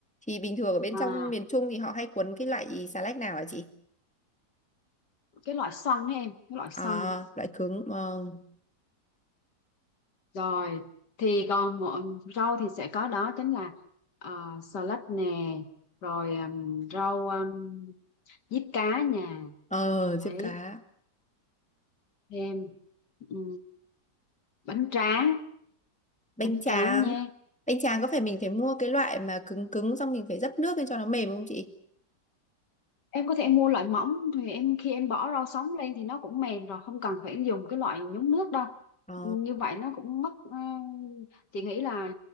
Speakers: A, in the centre; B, on the left.
A: Thì bình thường ở bên
B: À,
A: trong miền Trung thì họ hay cuốn cái loại xà lách nào hả chị?
B: cái loại xoăn ấy em, cái loại xoăn.
A: À, loại cứng. Vâng.
B: Rồi thì còn một- rau thì sẽ có đó chính là uh, xà lách nè, rồi um, rau um, diếp cá nhà.
A: Ờ, diếp
B: Đấy,
A: cá.
B: thêm ừ, bánh tráng,
A: bánh
B: bánh
A: tráng
B: tráng nha.
A: bánh tráng có phải mình phải mua cái loại mà cứng cứng xong mình phải dấp nước lên cho nó mềm không chị
B: em có thể mua loại mỏng thì em khi em bỏ rau sống lên thì nó cũng mềm rồi không cần phải dùng cái loại nhúng nước đâu
A: ờ
B: như vậy nó cũng mất ờ, chị nghĩ là